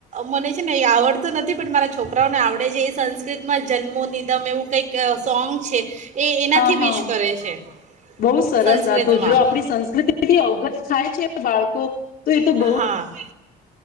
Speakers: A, on the right (about 45°); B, on the left (about 60°).
A: મને છે ને એ આવડતું નથી પણ મારા છોકરાઓને આવડે છે એ સંસ્કૃતમાં જન્મો નિદમ એવું કંઈક સોંગ છે. એ એનાથી
B: હા હા
A: વિશ કરે છે.
B: બહુ સરસ
A: સંસ્કૃતમાં
B: આ તો જો આપણી સંસ્કૃતિથી અવગત થાય છે બાળકો તો એ તો
A: હા
B: બહુ